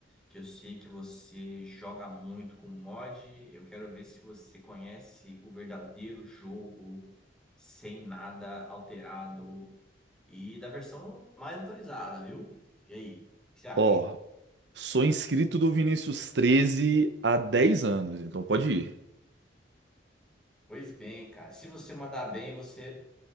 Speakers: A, in the centre; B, on the right.
A: que eu sei que você joga muito com mod. Eu quero ver se você conhece o verdadeiro jogo sem nada alterado e da versão mais atualizada, viu? E aí, o que você acha?
B: Ó, sou inscrito do Vinícius 13 há 10 anos, então pode ir.
A: Pois bem, cara. Se você mandar bem, você